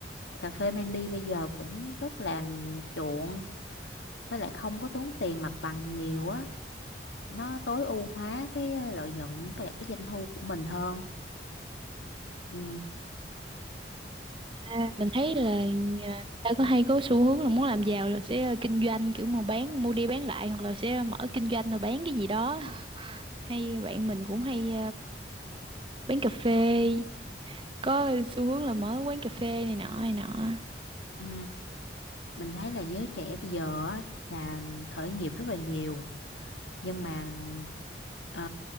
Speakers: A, on the left (about 85°); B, on the right (about 30°).
A: cà phê mang đi bây giờ cũng rất là chuộng với lại không có tốn tiền mặt bằng nhiều á nó tối ưu hóa cái lợi nhuận với lại cái doanh thu của mình hơn ừ.
B: À, mình thấy là nhà- ta có hay có xu hướng là muốn làm giàu là sẽ kinh doanh kiểu mà bán mua đi bán lại hoặc là sẽ mở kinh doanh rồi bán cái gì đó hay bạn mình cũng hay quán cà phê có xu hướng là mở quán cà phê này nọ này nọ
A: Ừ. Mình thấy là giới trẻ bây giờ á, là khởi nghiệp rất là nhiều nhưng mà ờ,